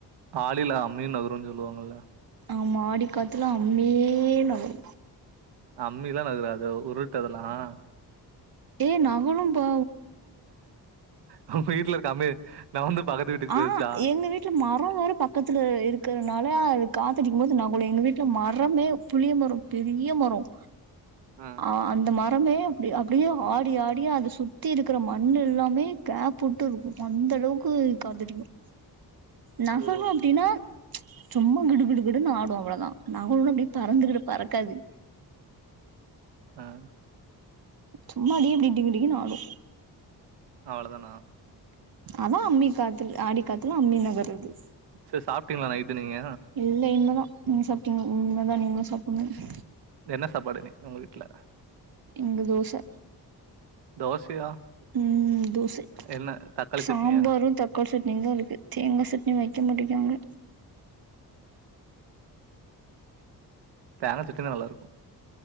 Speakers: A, on the right; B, on the right.
A: ஆடில அம்மீயும் நகரும்ன்னு சொல்லுவாங்கல்ல
B: ஆமா காத்துலா அம்மீயே நகரும்
A: அம்மீஎல்லா நகராது உருட்டுஅதெல்லாம்
B: ஏ நகலும் போ
A: அஹ்ங்க வீட்டுல இருக்க அம்மி நவுந்து பக்கத்து வீட்டுக்கு
B: ஆஹ்
A: போயிருச்சா
B: எங்க வீட்டுல மரம் வேர பக்கத்துல இருக் இருக்கறனால அது காத்தடிக்கும் போது நகலும் எங்க வீட்ல மரமே புளிய மரம் பெரிய மரம்
A: ஆ
B: ஆஹ் அந்த மாரி ரமே அப்படி அப்படியே ஆடி ஆடிய அதை சுற்றி இருக்கிற மண் எல்லாமே கேப் விட்டு இருக்கொ அந்த அளவுக்கு காதுரியும் <inaudible> நகரும்
A: ஓ
B: அப்டின்னா சும்மா கிடுகிடுகிடுனு ஆடும் அவ்ளோதான் நகும்னு அப்படியே பறந்துகிட்டு பறக்காது
A: ஆஹ் <inaudible>
B: சும்மாடியே எப்படிட்டு <unintelligible> ங்கட்டங் ஆடும்
A: அவ்வளவு தான் ஆ <unintelligible>
B: அதான் அம்மி காத்துல ஆடி காத்துல அம்மி நகர்து
A: சரி சாப்பிட்டீங்களா நைட் நீங்க
B: இல்லை இன்னதான் நீங்க சாப்பிட்டீங்க உமைதான் <unintelligible> நீங்கள <unintelligible> சாப்பிடடுணங்க
A: என்ன சாப்பாடு நீங்க உங்க வீட்டுல
B: இங்க தோசை
A: தோசையா
B: உம் தோசை
A: என்ன தக்காளி
B: சாம்பாரும்
A: சட்னியா
B: தக்காளி சட்னி தான் இருக்கு தேங்காய் சட்னி வைக்க மாட்டிராங்க
A: தேங்கா சட்னி தான் நல்லா இருக்கும்